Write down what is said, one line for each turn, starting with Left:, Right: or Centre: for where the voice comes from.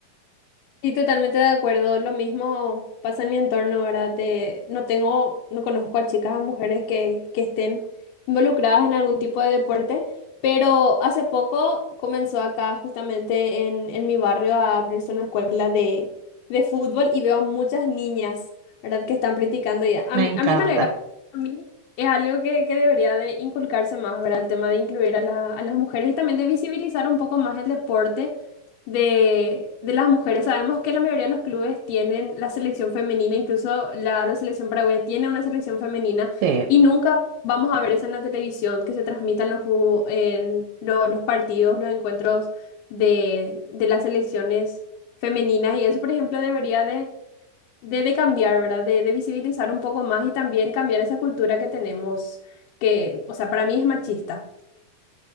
Left: Sí, totalmente de acuerdo. Lo mismo pasa en mi entorno ahora. De, no tengo, no conozco a chicas o mujeres que, que estén involucradas en algún tipo de deporte, pero hace poco comenzó acá justamente en, en mi barrio a abrirse una escuela de, de fútbol y veo a muchas niñas, ¿verdad? Que están practicando y a
Right: Me
Left: mí,
Right: encanta.
Left: a mí me alegra. A mí es algo que, que debería de inculcarse más, ¿verdad? El tema de incluir a la- a las mujeres y también de visibilizar un poco más el deporte de, de las mujeres. Sabemos que la mayoría de los clubes tienen la selección femenina, incluso la, la selección paraguaya tiene una selección femenina
Right: Sí,
Left: y nunca vamos a ver eso en la televisión que se transmitan los, fu- en lo- los partidos, los encuentros de, de las selecciones femeninas y eso, por ejemplo, debería de, de, de cambiar, ¿verdad? De, de visibilizar un poco más y también cambiar esa cultura que tenemos, que, o sea, para mí es machista